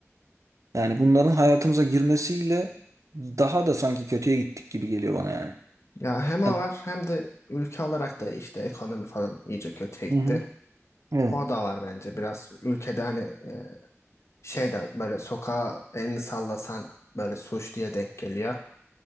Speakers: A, on the right (about 80°); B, on the left (about 60°).
A: Yani bunların hayatımıza girmesiyle daha da sanki kötüye gittik gibi geliyor bana yani.
B: Ya hem o
A: Yani-
B: var hem de ülke olarak da işte ekonomi falan iyice kötüye gitti.
A: Hı hı. Evet.
B: O da var bence biraz ülkede hani e, şey de böyle sokağa elini sallasan böyle suç diye denk geliyor.